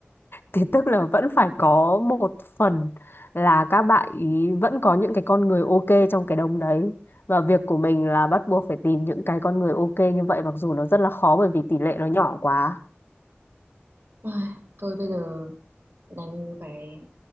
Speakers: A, on the left; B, on the right.
A: Thì tức là vẫn phải có một phần là các bạn ý vẫn có những cái con người ok trong cái đống đấy. Và việc của mình là bắt buộc phải tìm những cái con người ok như vậy mặc dù nó rất là khó bởi vì tỷ lệ nó nhỏ quá.
B: Ai, Thôi bây giờ đành phải